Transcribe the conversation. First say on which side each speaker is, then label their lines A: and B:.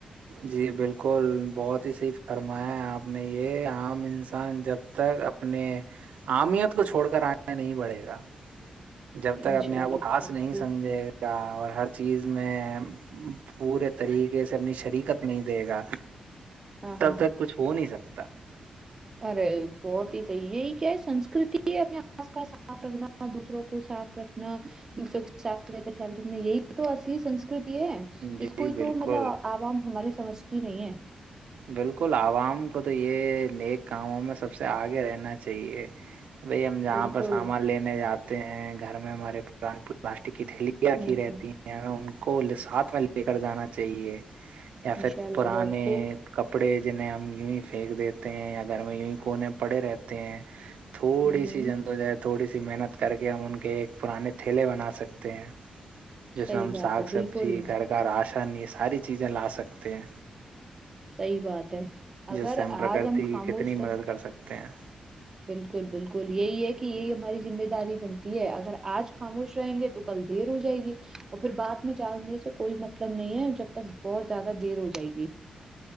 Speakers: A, on the right; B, on the right.
A: جی بالکل بہت ہی صحیح فرمایا ہے آپ نے یہ عام انسان جب تک اپنے امیت کو چھوڑ کر آنے نہیں بڑھے گا جب تک
B: انشاء
A: اپنے آپ
B: اللہ
A: کو خاص
B: بہت
A: نہیں
B: خوب
A: سمجھے گا اور ہر چیز میں پورے طریقے سے اپنی شریکت نہیں دے گا
B: ہاں
A: تب
B: ہاں
A: تک کچھ ہو نہیں سکتا
B: ارے بہت ہی صحیح یہی کیا ہے سسکرتی ہے اپنے آس پاس صاف رکھنا دوسروں کو صاف رکھنا دوسروں سے صاف خیال رکھنا یہی تو اصلی سسکرتی
A: جی
B: اس کوئی
A: بالکل
B: تو مطلب عوام ہماری سمجھتی نہیں ہے
A: بالکل عوام کو تو یہ نیک کاموں میں سب سے آگے رہنا اہیے بھائی ہم جہاں
B: بالکل
A: پر سامان لینے جاتے ہیں گھر میں ہمارے پا ران پور پلاسٹک کی تھیلیاں
B: ہوں
A: کیھی
B: ہوں
A: رہتی ہیں ن ان کو ل ساتھ میں لے کر جانا چاہیے یا پھر
B: انشاء اللہ
A: پرانے
B: بہت خوب
A: کپڑے جنہیں ہم یوں ہی پھینک دیتے ہیں یا گھر میں یوں ہی کونے پڑے رہتے ہیں تھوڑی
B: ہوں ہوں
A: سی جنت جائے تھوڑی سی محنت کر کے ہم ان کے ایک پرانے تھیلے بناات سکتے ہیں جس
B: صحیح
A: میں ہم
B: بات
A: ساگ
B: ہے
A: سبزی
B: بالکل
A: گھر آسانی یہ ساری چیزیں لا سکتے ہیں
B: صی بات ہے
A: جس
B: اگر
A: سے ہم پرکرتی
B: آج خاموش
A: کی کتنی
B: رہیں
A: مدد کر سکتے ہیں
B: بالکل بالکل یہی ہے کہ یہی ہماری ذمہ داری بنتی ہے اگر آج خاموش رہیں گے تو تو کل دیر ہو جائے گی اور پھر بد میں جگنے سے کوئی مطلب نہیں ہے جب تک بہت زیادہ دیر ہو جائے گی